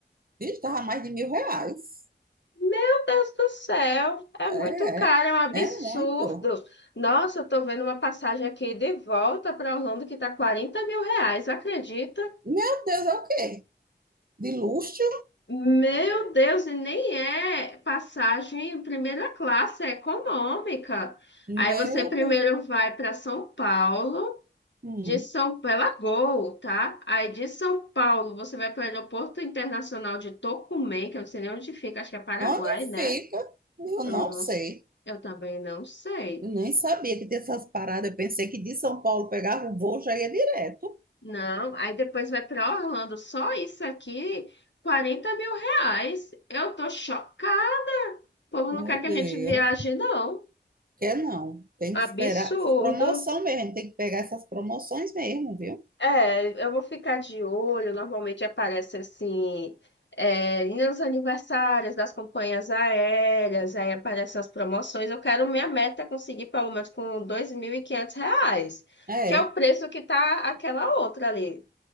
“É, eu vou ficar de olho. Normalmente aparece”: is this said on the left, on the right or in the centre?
Left